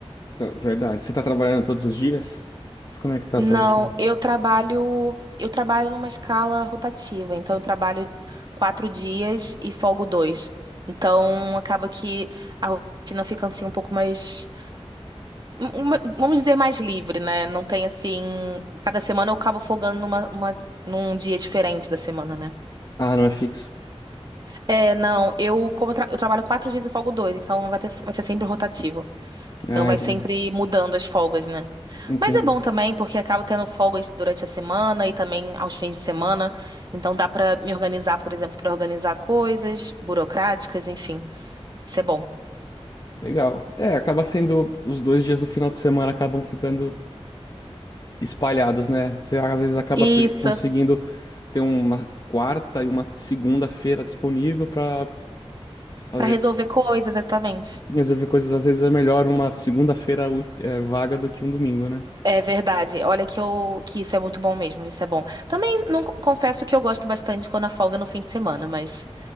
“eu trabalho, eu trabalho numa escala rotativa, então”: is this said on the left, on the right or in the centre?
Right